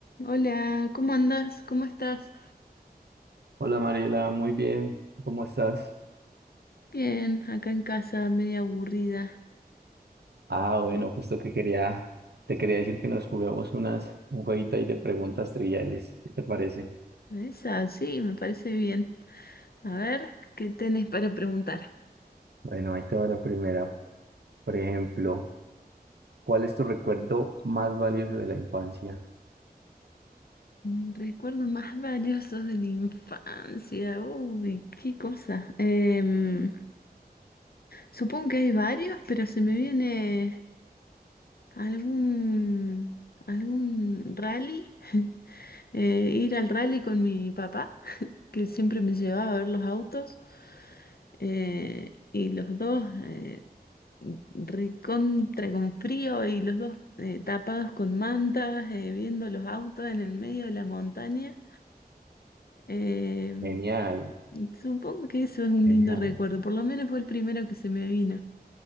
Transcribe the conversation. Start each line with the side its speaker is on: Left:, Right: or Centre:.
Left: Hola, ¿cómo andas, ¿Cómo estás?
Right: Hola Mariela, muy bien, ¿cómo estás?
Left: Bien, acá en casa, media aburrida.
Right: Ah, bueno,
Left: Bo-
Right: justo que quería, te quería decir que nos juguemos unas, un jueguito ahí de preguntas triviales, ¿qué te parece?
Left: Esa, sí, me parece bien. A ver, ¿qué tenés para preguntar?
Right: Bueno, ahí te va la primera. Por ejemplo, ¿cuál es tu recuerdo más valioso de la infancia?
Left: Mis recuerdos más valiosos de la infancia. Uy, qué cosa. Em, supongo que hay varios, pero se me viene algún, algún rally. <laughs> eh, ir al rally con mi papá, que siempre me llevaba a ver los autos. eh, y los dos eh, recontra con frío y los dos eh, tapados con mantas, eh, viendo los autos en el medio de la montaña. Eh,
Right: Genial,
Left: supongo que eso es un
Right: genial.
Left: lindo recuerdo, por lo menos fue el primero que se me vino,